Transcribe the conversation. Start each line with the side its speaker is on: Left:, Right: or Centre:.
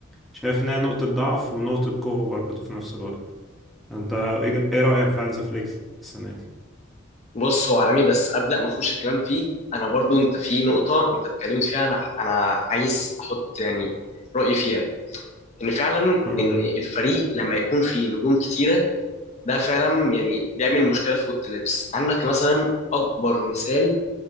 Centre: شايف إنها نقطة ضعف ونقطة قوة برضه في نفس الوقت أنت إيه إيه رأيك في هانز فليك السنة دي؟
Left: بص هو عالمي بس ابدا ما اخش الكلام فيه انا برضو انت في نقطه انت اتكلمت فيها انا انا عايز احط يعني رايي فيها ان فعلا
Centre: امم
Left: ان الفريق لما يكون فيه نجوم كتيره ده فعلا يعني بيعمل مشكله في اوضه اللبس عندك مثلا اكبر مثال